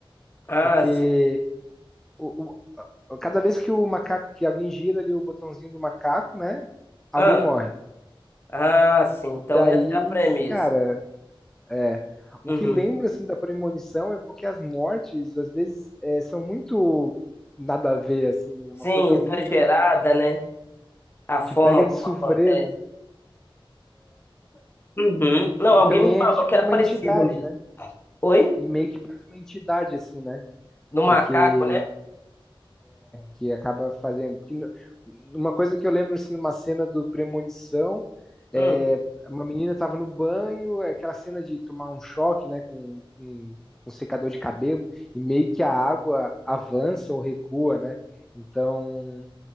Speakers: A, on the left; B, in the centre.
A: Ah,
B: Porque
A: sim.
B: o, o- cada vez que o macaco, que alguém gira ali o botãozinho do macaco, né? Alguém
A: Ah,
B: morre.
A: ah, sim. Então
B: Daí,
A: essa é a premissa.
B: cara. É. O
A: Uhum.
B: que lembra assim da premonição é porque as mortes às vezes é, são muito nada a ver assim, uma
A: Sim,
B: coisa
A: exagerada,
B: muito
A: né? A forma
B: te pega de
A: como
B: surpresa.
A: acontece. Uhum.
B: E,
A: Não, alguém
B: e também
A: me falou
B: é tipo
A: que era
B: uma
A: parecido
B: entidade,
A: mesmo.
B: né?
A: Oi?
B: E meio que parece uma entidade assim, né?
A: No macaco,
B: Porque
A: né?
B: que acaba fazendo. Porque no- uma coisa que eu lembro, assim, numa cena do Premonição, é,
A: Hum.
B: uma menina estava no banho, é aquela cena de tomar um choque, né, com um, um secador de cabelo, e meio que a água avança ou recua, né? Então,